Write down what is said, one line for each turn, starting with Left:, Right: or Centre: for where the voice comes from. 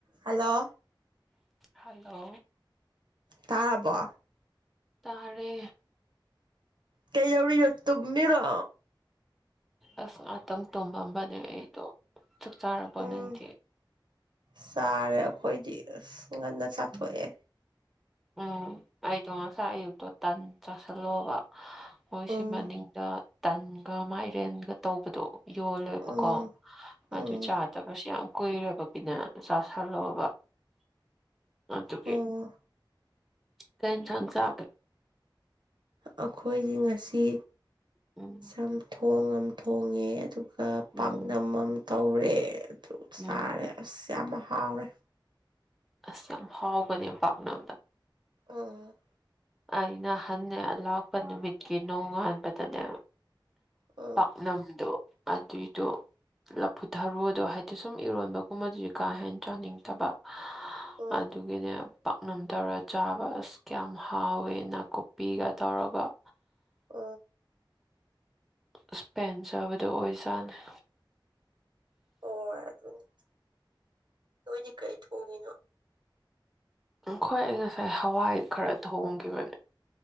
Right: ꯍꯜꯂꯣ
Centre: ꯍꯜꯂꯣ
Right: ꯇꯥꯔꯕꯣ
Centre: ꯇꯥꯔꯦ
Right: ꯀꯩ ꯌꯥꯧ ꯅ ꯇꯨ ꯃꯦꯔꯣ
Centre: ꯑꯁ ꯉꯥꯛꯇꯪ ꯇꯣꯝꯕꯝꯕꯅꯦ ꯑꯩꯗꯣ ꯆꯥꯛ ꯆꯥꯄꯣ
Right: ꯎꯝ
Centre: ꯗꯤꯤ
Right: ꯆꯥꯔꯦ ꯑꯩꯈꯣꯏꯗꯤ ꯑꯁ ꯉꯟꯅ ꯆꯥꯊꯣꯛꯑꯦ
Centre: ꯎꯝ ꯎꯝ ꯑꯩꯗꯣ ꯉꯁꯥꯏ ꯑꯌꯨꯛꯇꯣ ꯇꯟ ꯆꯥꯁꯤꯜꯂꯣꯕ ꯃꯣꯏꯁꯤ
Right: ꯎꯝ
Centre: ꯃꯅꯤꯡꯗ ꯇꯟꯒ ꯃꯥꯏꯔꯦꯟꯒ ꯇꯧꯕꯗꯣ ꯌꯣꯜꯂꯦꯕꯀꯣ
Right: ꯎꯝ ꯎꯝ
Centre: ꯑꯗꯨ ꯆꯥꯗꯕꯁꯨ ꯌꯥꯝ ꯀꯨꯏꯔꯕꯒꯤꯗ ꯆꯥ ꯁꯥꯂꯛꯕ ꯑꯗꯨ ꯀ
Right: ꯑꯣ
Centre: ꯊꯪ ꯆ
Right: ꯑꯩꯈꯣꯏꯗꯤ ꯉꯁꯤ
Centre: ꯎꯝ
Right: ꯁꯝ ꯊꯣꯡꯝ ꯊꯣꯡꯉꯦ ꯑꯗꯨ
Centre: ꯎꯝ
Right: ꯄꯥꯛꯅꯝꯝ ꯇꯧꯔꯦ ꯑꯗꯨ ꯆꯥꯔꯦ
Centre: ꯎꯝ
Right: ꯑꯁ ꯌꯥꯝ ꯍꯥꯎꯔꯦ
Centre: ꯑꯁ ꯌꯥꯝꯚꯥꯎꯒꯅꯦ ꯄꯝꯅꯗ
Right: ꯑꯣ
Centre: ꯑꯩꯅ ꯍꯟꯅꯦ ꯂꯥꯛꯄ ꯅꯨꯃꯤꯠꯀꯤ ꯅꯣꯡꯉꯥꯟꯕꯗꯅꯦ
Right: ꯎꯝ
Centre: ꯄꯥꯛꯅꯝꯗꯣ ꯑꯗꯨꯏꯗꯣ ꯂꯐꯨꯊꯔꯨꯗꯣ ꯍꯥꯏꯗꯤ ꯁꯨꯝ ꯏꯔꯣꯟꯕꯒꯨꯝꯕꯗꯨꯗꯤ ꯀꯥ ꯍꯦꯟꯅ ꯆꯥꯅꯤꯡꯗꯕ
Right: ꯎꯝ
Centre: ꯑꯗꯨꯒꯤꯅꯦ ꯄꯥꯛꯅꯝ ꯇꯧꯔ ꯆꯥꯕ ꯑꯁ ꯀꯌꯥꯃꯛ ꯍꯥꯎꯋꯦꯅ ꯀꯨꯞꯄꯤꯒ ꯇꯧꯔꯒ
Right: ꯑꯣ
Centre: ꯏꯁꯄꯦꯟ ꯆꯥꯕꯗꯣ ꯑꯣꯏꯖꯥꯅꯩ
Right: ꯍꯣꯏ ꯑꯗꯨꯅꯤ ꯅꯣꯏꯗꯤ ꯀꯔꯤ ꯊꯣꯛꯣꯡꯉꯤꯅꯣ
Centre: ꯈꯣꯏ ꯑꯩ ꯉꯁꯥꯏ ꯍꯋꯥꯏ ꯈꯔ ꯊꯣꯡꯈꯤꯕꯅꯦ